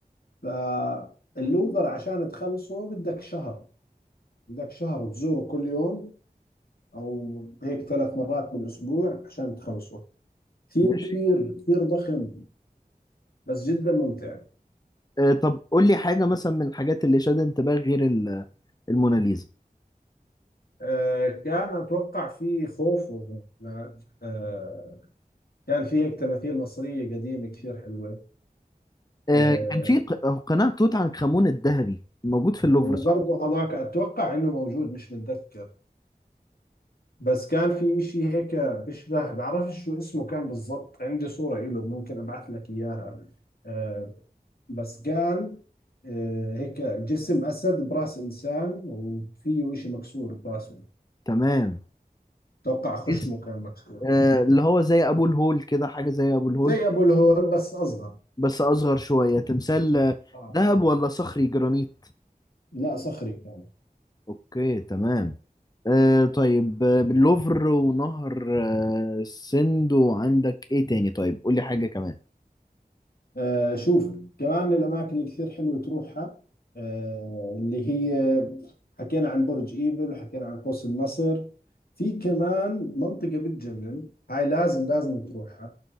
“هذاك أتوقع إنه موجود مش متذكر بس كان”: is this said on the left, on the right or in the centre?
Left